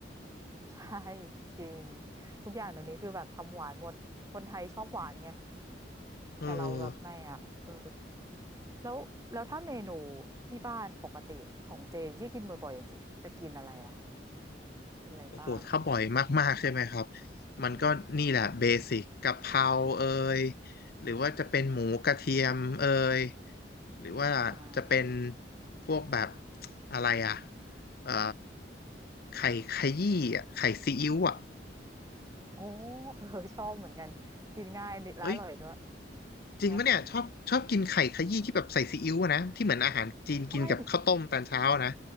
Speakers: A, on the right (about 20°); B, on the left (about 55°).
A: <laughs> ใช่จริงทุกอย่างเดี๋ยวนี้คือแบบทำหวานหมดคนไทยชอบหวานไง
B: เออ
A: แต่เราแบบไม่อ่ะเออแล้วแล้วถ้าเมนูที่บ้านปกติของเจที่กินบ่อยๆจะจะกินอะไรอะกินอะไรบ้าง
B: โอ้โหถ้าบ่อยมากๆใช่ไหมครับมันก็นี่แหละเบสิกกะเพราเอย
A: อืม
B: หรือว่าจะเป็นหมูกระเทียมเอยหรือว่าจะเป็น
A: อ่า
B: พวกแบบอะไรอ่ะเอ่อไข่ขยี้อ่ะไข่ซีอิ๊วอ่ะ
A: โอ้เออ <laughs> ชอบเหมือนกันกินง่ายและอร่อยด้วย
B: เอ้ย จริงปะเนี่ยชอบชอบกินไข่ขยี้ที่แบบใส่ซีอิ๊วอะนะที่เหมือนอาหารจีนกินกับข้าวต้มตอนเช้าอะนะ
A: เนาะใช่